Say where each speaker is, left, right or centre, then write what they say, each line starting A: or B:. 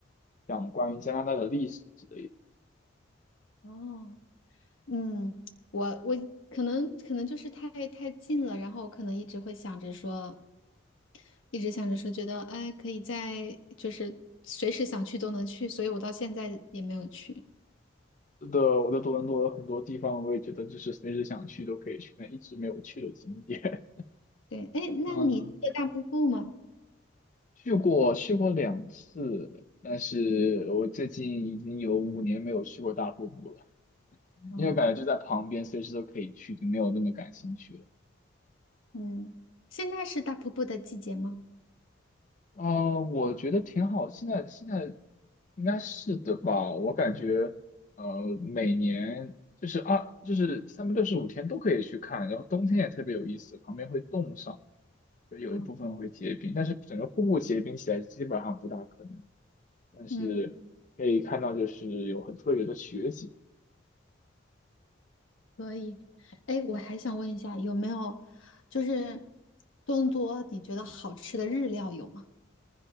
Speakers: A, on the left; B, on the left.
A: 讲关于加拿大的历史之类的。
B: 哦，嗯，我我可能可能就是太太近了，然后我可能一直会想着说，一直想着说，觉得哎可以在就是随时想去都能去，所以我到现在也没有去。
A: 是的，我在多伦多有很多地方，我也觉得就是随时想去都可以去，但一直没有去的景点。
B: 对，哎，那你去了大瀑布吗？
A: <laughs> 嗯，去过去过两次，但是我最近已经有五年没有去过大瀑布了，
B: 哦，
A: 因为感觉就在旁边，随时都可以去，就没有那么感兴趣了。
B: 嗯，现在是大瀑布的季节吗？
A: 呃，我觉得挺好，现在现在应该是的吧，我感觉呃每年就是二就是三百六十五天都可以去看，然后冬天也特别有意思，旁边会冻上，就有一部分会结冰，
B: 哦，
A: 但是整个瀑布结冰起来基本上不大可能，但是。
B: 嗯。
A: 可以看到，就是有很特别的雪景。
B: 可以，哎，我还想问一下，有没有就是多伦多你觉得好吃的日料有吗？